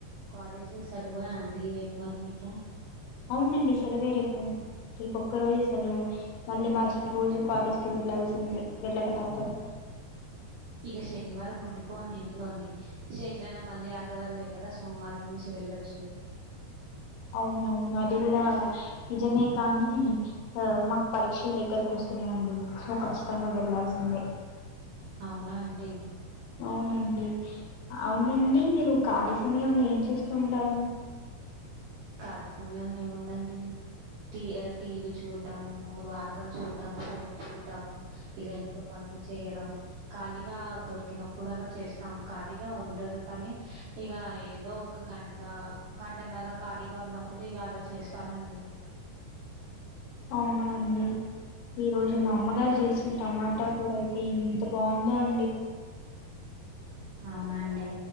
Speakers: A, on the right (about 80°); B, on the left (about 80°).
A: కాలేజ్ సెలవు అండి అ రేపు మరి మీకు
B: అవునండి సెలవే రేపు రేపు ఒక్క రోజు అసలు మళ్ళీ మరుసటి రోజు కాలేజ్ కు వెళ్లాల్సిందే వెళ్ళక తప్పదు
A: ఇక శనివారం ఉండిపోడి ఇంట్లోనే ఎట్లయినా మళ్ళీ ఆదివారమే కదా సోమవారం నుంచి వెళ్ళచ్చు
B: అవునవును అది కూడా నిజమే కానీ ఆ మాకు పరీక్షల దగ్గరకు వస్తున్నాండి సో ఖచ్చితంగా వెళ్లాల్సిందే
A: అవునా అండి
B: అవునండి అవునండి మీరు ఖాళీ సమయంలో ప చేస్తూ ఉంటారు
A: కాల సాయంకాల ముందండి టీ టీవ చూడ్డాము వార్తలు చూడ చ ఫోన్ చూడడం ఇక ఇంట్లో పనులు చేయడం ఖాళీగా దొరికినప్పుడు అలా చేస్తాం ఖాళీగా ఉండదు కానీ ఇక ఏదో ఒక గంట గంటన్నర ఖాళీగా ఉన్నప్పుడు ఇవి అలా చేస్తానండి
B: అవునా అండి ఈ రోజు మా అమ్మగారు చేసి అ టమాటా కూడా అయితే ఇంత బాగుందో అ
A: అవునండి